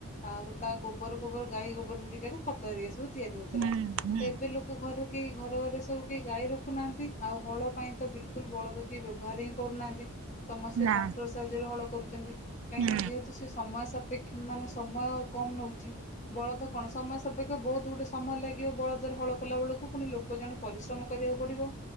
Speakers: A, on the left; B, on the right.
A: ଆଉ ତା ଗୋବର ଫୋବର ଗାଈ ଗୋବର ହେରିକାରେ ଖତ ହେରିକା ସବୁ ତିଆରି ହଉଥିଲା
B: ହୁଁ ହୁଁ।
A: ତ ଏବେ ଲୋକ ଘରେ କେହି ଘରେ ଘରେ ସବୁ କେହି ଗାଈ ରଖୁନାହାଁନ୍ତି ଆଉ ହଳ ପାଇଁ ତ ବିଲକୁଲ ବଳଦ କିଏ ବ୍ୟବହାର ହିଁ କରୁନାହାଁନ୍ତି। ସମସ୍ତେ
B: ନା
A: ଟ୍ରାକ୍ଟର ସାହାଯ୍ୟରେ ହଳ କରୁଛନ୍ତି, କାହିଁକିନା
B: ହୁଁ
A: ଯେହେତୁ ସେ ସମୟ ସାପେକ୍ଷ ମାନେ ସମୟ କମ୍ ନେଉଛି ବଳଦ କଣ ସମୟ ସପେକ୍ଷ ବହୁତ ଗୁଡେ ସମୟ ଲାଗିବ ବଳଦ ଜାର ହଳ କଲା ବେଳକୁ ପୁଣି ଲୋକ ଜଣେ ପରିଶ୍ରମ କରିବାକୁ ପଡ଼ିବ